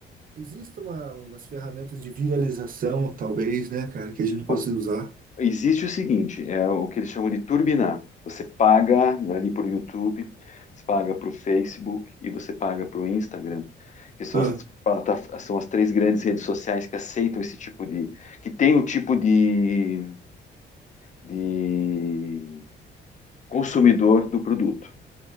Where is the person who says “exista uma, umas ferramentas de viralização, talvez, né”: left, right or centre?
Right